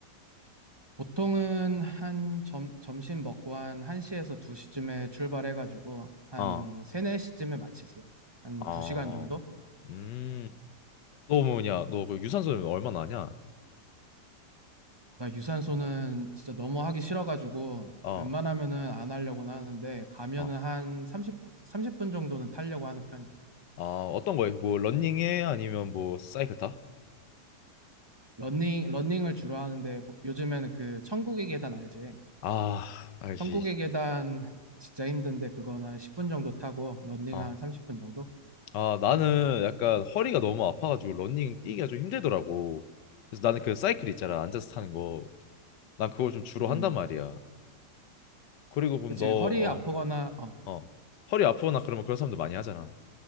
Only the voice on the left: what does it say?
어.
아.
음. 너 뭐냐? 너 그 유산소 얼마나 하냐?
어.
아,
아, 어떤 거야? 뭐 러닝해 아니면 뭐 사이클 타?
아, 알지.
어.
아, 나는 약간 허리가 너무 아파가지고 러닝 뛰기가 좀 힘들더라고. 그래서 나는 그 사이클 있잖아, 앉아서 타는 거. 난 그걸 좀 주로
한단 말이야. 그리고 그럼
너,
어,
어, 허리 아프거나 그러면 그런 사람들 많이 하잖아.